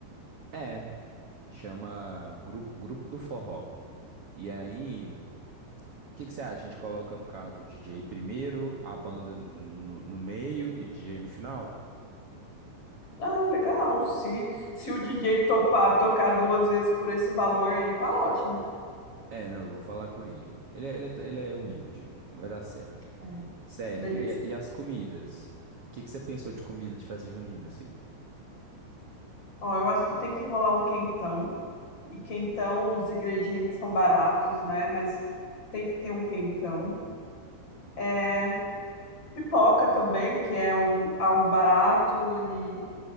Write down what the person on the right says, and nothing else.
é. Chama Grupo, Grupo do Forró. E aí, o que que você acha? A gente coloca, no caso, o DJ primeiro, a banda no, no- no meio e o DJ no final?
É, não, eu vou falar com ele. Ele, é- ele, é, tra- ele é humilde, não vai dar certo.
Certo,
e, a- e as comidas? O que que você pensou de comida de festa junina, assim?